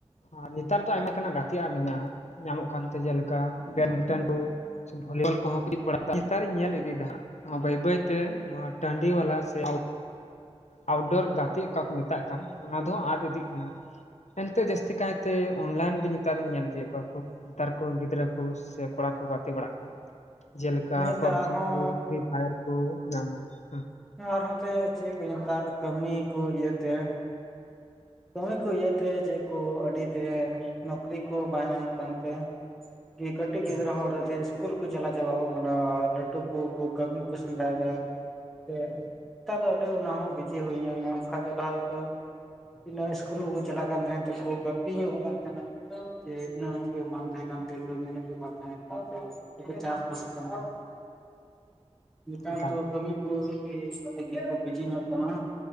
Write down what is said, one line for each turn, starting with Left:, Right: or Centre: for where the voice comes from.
Left: ᱟᱨ ᱱᱮᱛᱟᱨ ᱫᱚ ᱟᱭᱢᱟ ᱞᱮᱠᱟᱱᱟᱜ ᱜᱟᱛᱮᱜ ᱢᱮᱱᱟᱜᱼᱟ ᱾ ᱧᱟᱢᱚᱜ ᱠᱟᱱᱛᱮ ᱡᱮᱞᱮᱠᱟ ᱵᱮᱰᱢᱤᱱᱴᱚᱱ ᱠᱚ ᱥᱮ ᱵᱷᱚᱞᱵᱚᱞ ᱠᱚ ᱾ ᱱᱮᱛᱟᱨᱤᱧ ᱧᱮᱞ ᱤᱫᱤᱭᱮᱫᱟ ᱵᱟᱹᱭ ᱵᱟᱹᱭᱛᱮ ᱱᱚᱣᱟ ᱴᱟᱹᱰᱤ ᱵᱟᱞᱟ ᱥᱮ ᱟᱣᱩᱴᱰᱳᱨ ᱜᱟᱛᱮᱜ ᱚᱠᱟ ᱠᱚ ᱢᱮᱛᱟᱜ ᱠᱟᱱ ᱚᱱᱟ ᱫᱚ ᱟᱫ ᱤᱫᱤᱜ ᱠᱟᱱᱟ᱾ ᱮᱱᱛᱮᱜ ᱡᱟᱹᱥᱛᱤ ᱠᱟᱭᱛᱮ ᱚᱱᱞᱟᱭᱤᱱ ᱜᱮ ᱾ ᱱᱮᱛᱟᱨᱧ ᱧᱮᱞ ᱤᱫᱤᱭᱮᱫ ᱠᱚᱣᱟ ᱱᱮᱛᱟᱨ ᱠᱚ ᱜᱤᱫᱽᱨᱟᱹ ᱠᱚ ᱥᱮ ᱠᱚᱲᱟ ᱠᱚ ᱜᱟᱛᱮ ᱵᱟᱲᱟᱜ ᱠᱟᱱᱟ ᱾ ᱡᱮᱞᱮᱠᱟ
Centre: ᱦᱮᱸᱛᱚ
Left: ᱯᱚᱵᱡᱤ
Centre: ᱟᱨᱦᱚᱸ
Left: ᱠᱚ ᱯᱷᱨᱤ ᱯᱷᱟᱭᱟᱨ ᱠᱚ ᱚᱱᱮ ᱚᱱᱟ ᱠᱚ ᱾
Centre: ᱟᱨᱦᱚᱸᱚᱛ ᱪᱮᱫ ᱠᱚ ᱱᱮᱛᱟᱨ ᱠᱟᱹᱢᱤ ᱠᱚ ᱤᱭᱟᱹᱛᱮᱼᱼ ᱠᱟᱹᱢᱤ ᱠᱚ ᱤᱭᱟᱹᱛᱮ ᱡᱮᱫ ᱠᱚ ᱟᱹᱰᱤ ᱛᱮ ᱱᱚᱠᱨᱤ ᱠᱚ ᱵᱟᱝ ᱧᱟᱢᱚᱜ ᱠᱟᱱᱛᱮ᱾ ᱠᱟᱴᱤᱡ
Left: ᱦᱩᱸ
Centre: ᱜᱤᱫᱨᱟᱹ ᱦᱚ ᱤᱥ ᱠᱩᱞ ᱠᱚ ᱪᱟᱞᱟᱣ ᱪᱟᱵᱟᱚᱜ ᱠᱟᱱᱟ ᱟᱨ ᱞᱟᱹᱴᱩ ᱠᱚ ᱠᱟᱹᱢᱤ ᱠᱚ ᱥᱮᱸᱫᱽᱨᱟᱭᱮᱫᱟ᱾ ᱥᱮ ᱱᱮᱛᱟᱨ ᱫᱚ ᱟᱹᱰᱤ ᱚᱱᱟ ᱦᱚᱸ ᱵᱤᱡᱤ ᱦᱩᱭᱧᱟᱹ ᱚᱱᱟ ᱵᱟᱠᱷᱟ ᱫᱚ ᱞᱟᱦᱟ ᱛᱮᱫᱚ ᱛᱤᱱᱟᱹᱜ ᱤᱥᱠᱩᱞ ᱦᱚᱸᱠᱚ ᱪᱟᱞᱟᱜ ᱠᱟᱱ ᱛᱟᱦᱮᱸᱫ ᱛᱮᱠᱚ ᱜᱟᱛᱮ ᱧᱚᱜ ᱠᱟᱱ᱾ ᱱᱟᱠᱷᱟᱱ ᱤᱱᱟᱹ ᱵᱟᱝ ᱛᱟᱦᱮᱸ ᱠᱟᱱ ᱛᱟᱭ ᱤᱛᱟᱹ ᱠᱚ ᱵᱟᱝ ᱛᱟᱦᱮ ᱠᱟᱱᱛᱮ ᱪᱟᱥ ᱵᱟᱥ ᱠᱟᱱ ᱱᱮᱛᱟᱨ
Left: ᱮᱠᱟᱞ
Centre: ᱫᱚ
Left: ᱮᱠᱟᱞ
Centre: ᱠᱟᱹᱢᱤ ᱠᱚᱜᱮ ᱛᱮᱜᱮ ᱠᱚ ᱵᱤᱡᱤ ᱧᱚᱜ ᱠᱟᱱᱟ᱾